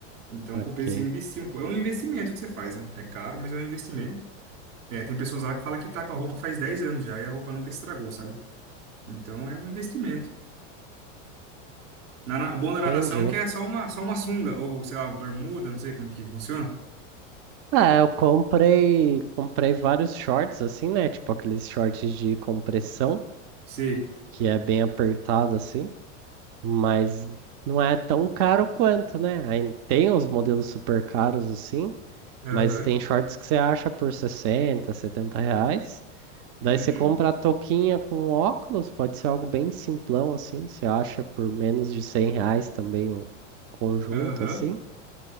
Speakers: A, on the right; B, on the right.
A: Então
B: Ok.
A: compensa investir um pouco. É um investimento que você faz, né? É caro, mas é um investimento. É, tem pessoas lá que falam que tá com a roupa faz 10 anos já e a roupa nunca estragou, sabe? Então é um investimento. Na, na- o bom da natação
B: Entendi.
A: é que é só uma, só uma sunga, ou sei lá, bermuda, não sei como que funciona.
B: Ah, eu comprei, comprei vários shorts assim, né? Tipo aqueles shorts de compressão,
A: Sei.
B: que é bem apertado assim. mas não é tão caro quanto, né? Aí tem uns modelos super caros assim,
A: Aham.
B: mas tem shorts que você acha por 60, 70 reais. Daí
A: Uhum.
B: você compra a touquinha com óculos, pode ser algo bem simplão assim, você acha por menos de 100 reais também o conjunto
A: Aham.
B: assim.